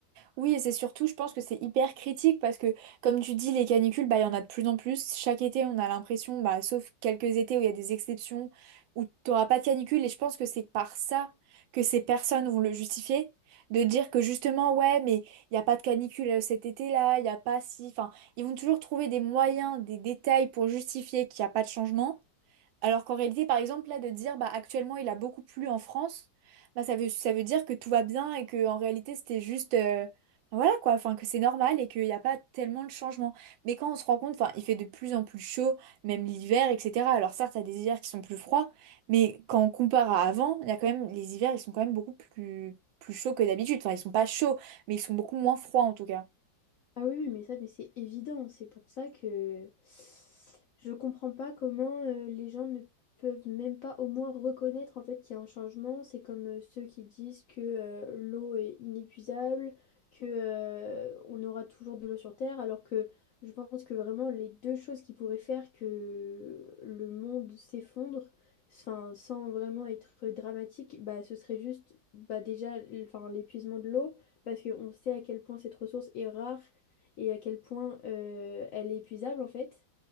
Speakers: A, on the right; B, on the left.
A: Oui, et c'est surtout, je pense que c'est hyper critique parce que, comme tu dis, les canicules, bah, il y en a de plus en plus. Chaque été, on a l'impression, bah, sauf quelques étés où il y a des exceptions, où tu n'auras pas de canicule. Et je pense que c'est par ça que ces personnes vont le justifier, de dire que justement, ouais, mais il n'y a pas de canicule euh, cet été-là, il n'y a pas si... Enfin, ils vont toujours trouver des moyens, des détails pour justifier qu'il n'y a pas de changement. Alors qu'en réalité, par exemple, là, de dire, bah, actuellement, il a beaucoup plu en France, bah, ça veut, ça veut dire que tout va bien et que, en réalité, c'était juste, euh, bah, voilà, quoi, enfin, que c'est normal et qu'il n'y a pas tellement de changement. Mais quand on se rend compte, enfin, il fait de plus en plus chaud, même l'hiver, etc. Alors certes, il y a des hivers qui sont plus froids, mais quand on compare à avant, il y a quand même, les hivers, ils sont quand même beaucoup plus, plus chauds que d'habitude. Enfin, ils sont pas chauds, mais ils sont beaucoup moins froids, en tout cas.
B: Ah oui, oui, mais ça, mais c'est évident. C'est pour ça que je comprends pas comment euh, les gens ne peuvent même pas au moins reconnaître en fait qu'il y a un changement. C'est comme euh, ceux qui disent que euh, l'eau est inépuisable, que euh, on aura toujours de l'eau sur Terre, alors que je pense que vraiment les deux choses qui pourraient faire que le monde s'effondre, enfin, sans vraiment être dramatique, bah, ce serait juste bah, déjà l- enfin, l'épuisement de l'eau parce qu'on sait à quel point cette ressource est rare et à quel point euh, elle est épuisable en fait.